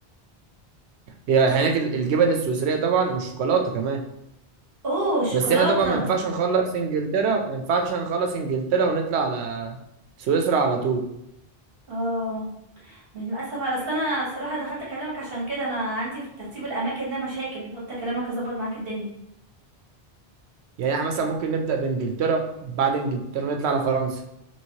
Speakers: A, on the right; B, on the right.
A: هي هناك ال- الجبن السويسرية طبعا والشوكولاتة كمان
B: اوه الشوكولاته
A: بس احنا طبعا ما ينفعش نخلص انجلترا ما ينفعش نخلص انجلترا ونطلع على سويسرا على طول
B: اه مش للاسف اصل انا صراحه دخلت اكلمك عشان كده انا عندي في ترتيب الاماكن ده مشاكل قلت اكلمك اظبط معاك الدنيا
A: يعني احنا مثلا ممكن نبدأ بانجلترا بعد انجلترا نطلع على فرنسا